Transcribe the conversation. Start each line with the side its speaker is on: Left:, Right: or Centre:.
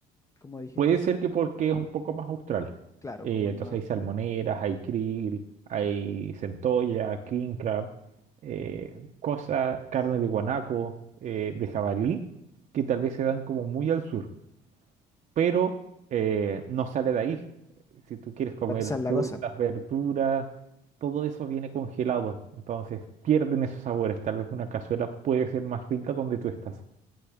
Left: como dijiste,
Right: Puede ser que porque es un poco más austral.
Left: Claro,
Right: Eh,
Left: como
Right: entonces
Left: es más
Right: hay
Left: austral.
Right: salmoneras, hay krill, hay centolla, king crab, eh, cosas, carne de guanaco, eh, de jabalí, que tal vez se dan como muy al sur. pero eh, no sale de ahí. Si tú quieres comer
Left: Pero Esa
Right: frutas,
Left: es la cosa.
Right: verduras, todo eso viene congelado, entonces pierden esos sabores. Tal vez una cazuela puede ser más rica donde tú estás.